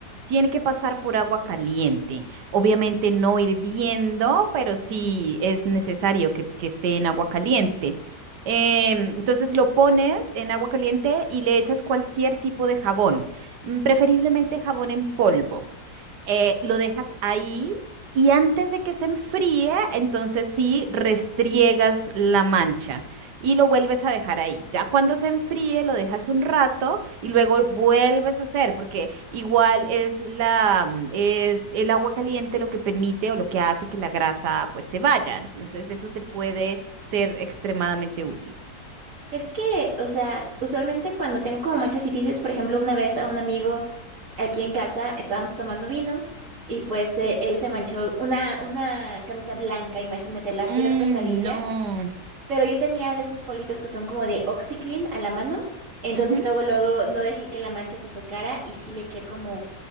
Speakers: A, on the right; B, on the right.
A: tiene que pasar por agua caliente. Obviamente no hirviendo, pero sí es necesario que, que esté en agua caliente. Em, entonces lo pones en agua caliente y le echas cualquier tipo de jabón, mm, preferiblemente jabón en polvo eh, lo dejas ahí Y antes de que se enfríe, entonces sí restriegas la mancha y lo vuelves a dejar ahí. Ya cuando se enfríe, lo dejas un rato y luego vuelves a hacer, porque igual es la, mm, es el agua caliente lo que permite o lo que hace que la grasa pues se vaya. Entonces eso te puede ser extremadamente útil.
B: Es que, o sea, usualmente cuando tengo como manchas y fides, por ejemplo, una vez a un amigo aquí en casa estábamos tomando vino y pues eh, él se manchó una, una camisa blanca, imagínate, la
A: Mm,
B: peor pesadilla.
A: no.
B: Pero yo tenía de estos politos que son como de OxiClean a la mano. Entonces
A: Ujú,
B: luego, luego no dejé que la mancha se secara y sí le eché como,